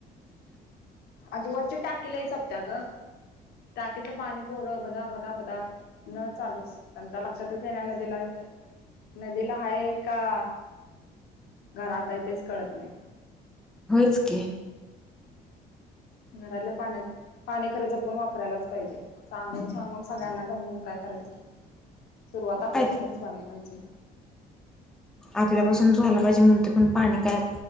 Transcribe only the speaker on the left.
अज वरचे टाकी लई सपत्या ग टाकी तर पाणी पोर बदा, बदा, बदा नळ चालूच त्यांच्या लक्षातच येण्याना दिला. नदीला हाय का घरात आहे तेच कळत नाही.
घरातल्या पाण्यात पाणी खरं जपून वापरायलाच पाहिजे सांगून सांगून सगळ्यांना दमून काय खरंय सुरुवात आपल्यापासूनच
व्हायला पाहिजे.